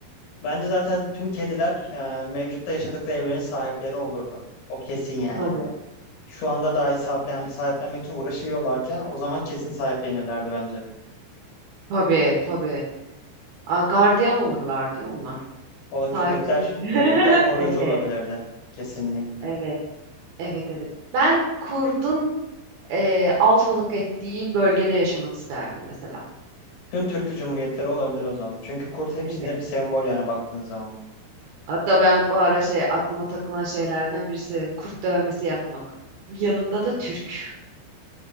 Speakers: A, on the left; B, on the right.
A: Bence zaten tüm kediler e, mevcutta yaşadıkları evlerin sahipleri olurdu. O kesin yani.
B: Tabii.
A: Şu anda dahi sahiplen, sahiplenmek için uğraşıyorlarken o zaman kesin sahiplenirlerdi bence.
B: Tabii, tabii. Aa, gardiyan olurlar diyor onlar.
A: O
B: Sahiplenir.
A: köpekler,
B: <laughs>
A: köpekler koruyucu
B: Evet.
A: olabilirdi. Kesinlikle.
B: Evet, evet, evet. Ben kurdun e, alfalık ettiği bölgede yaşamak isterdim mesela.
A: Tüm Türkü Cumhuriyetleri olabilir o zaman. Çünkü kurt hepsinde
B: Evet.
A: bir sembol yani baktığın zaman.
B: Hatta ben bu ara şey aklıma takılan şeylerden birisi kurt dövmesi yapmak. Yanında da Türk.